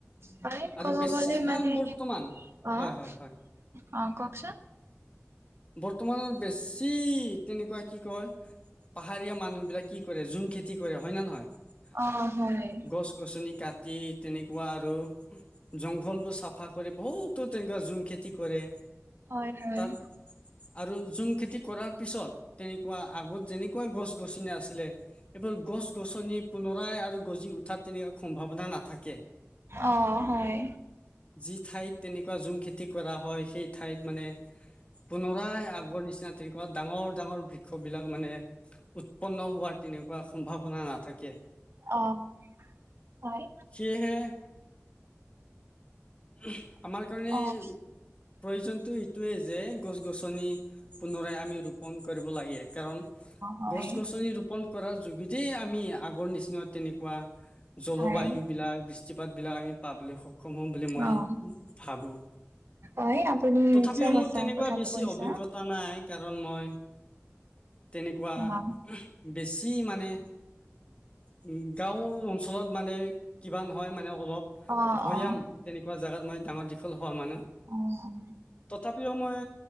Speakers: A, on the right; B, on the left.
A: হয়
B: আৰু
A: ক'ব
B: বেছিভাগ
A: গ'লে মানে
B: বৰ্তমান
A: অ'
B: হয় হয় হয়।
A: অ' কওকচোন
B: বৰ্তমান বেছি তেনেকুৱা কি কয় পাহাৰীয়া মানুহ বিলাক কি কৰে জুম খেতি কৰে হয় নে নহয়?
A: অ' হয়
B: গছ গছনি কাটি তেনেকুৱা আৰু জংঘল বোৰ চাফা কৰি বহুতো তেনেকুৱা জুম খেতি কৰে।
A: হয় হয়।
B: তাত আৰু জুম খেতি কৰাৰ পিছত তেনেকুৱা আগত যেনেকুৱা গছ গছনি আছিলে এইবোৰ গছ গছনি পুনৰাই আৰু গজি উঠাত তেনেকুৱা সম্ভাৱনা না থাকে,
A: অ' হয়
B: যি ঠাইত তেনেকুৱা জুম খেতি কৰা হয় সেই ঠাইত মানে পুনৰাই আগৰ নিচিনা তেনেকুৱা ডাঙৰ ডাঙৰ বৃক্ষ বিলাক মানে উৎপন্ন হোৱাৰ তেনেকুৱা সম্ভাৱনা নাথাকে।
A: অ' হয়
B: সেয়েহে- উহ আমাৰ কাৰণে
A: অ' অ'
B: প্ৰয়োজনতো এইটোৱেই যে গছ গছনি পুনৰাই আমি ৰোপন কৰিব লাগে। কাৰণ
A: হয়
B: গছ গছনি ৰোপন কৰা গোটেই আমি আগৰ নিচিনা তেনেকুৱা পোৱা জলবায়ুবিলাক
A: হয়
B: বৃষ্টিপাতবিলাক আমি পাবলৈ সক্ষম হম। বুলি মই
A: অ'
B: ভাবোঁ।
A: হয় আপুনি
B: তথাপিও
A: নিশ্চয়
B: মোৰ
A: সঁচা
B: তেনেকুৱা
A: কথাটো
B: বেছি
A: কৈছা
B: অভিজ্ঞতা নাই নাই কাৰণ মই তেনেকুৱা
A: অ'
B: বেছি মানে উম গাঁও অঞ্চলত মানে কিবা নহয় মানে অলপ
A: অ', অ',
B: ভৈয়াম তেনেকুৱা জোগাত মানে ডাঙৰ দীঘল অ মানুহ
A: অ',
B: তথাপিও মই